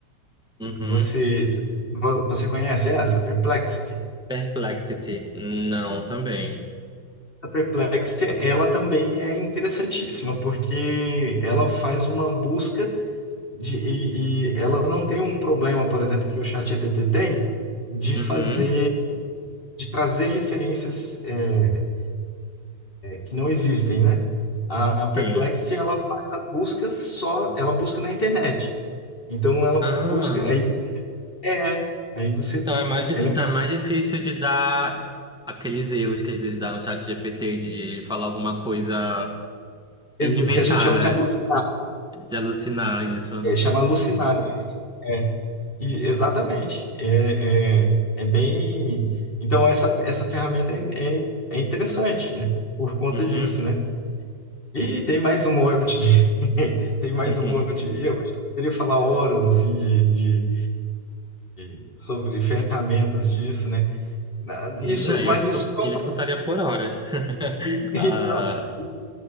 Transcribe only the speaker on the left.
Você, vo- você conhece essa, Perplexity?
Essa Perplexity, ela também é interessantíssima, porque ela faz uma busca de, e, e ela não tem um problema, por exemplo, que o ChatGPT tem, de
fazer, de trazer referências é, que não existem, né? A
a Perplexity, ela faz a busca só, ela busca na internet. Então ela
busca, aí é, aí você,
ela é uma
empresa
que a gente chama
de alucinar,
é, chama alucinar, é, e, exatamente, é, é, é bem, então essa, essa ferramenta é, é, é interessante, né? Por conta
disso, né? E tem mais um monte de. <laughs> Tem mais
um monte. E Eu poderia falar horas assim de, de, de- sobre ferramentas disso, né? Na-
Isso,
mas
isso não
está
<laughs> então,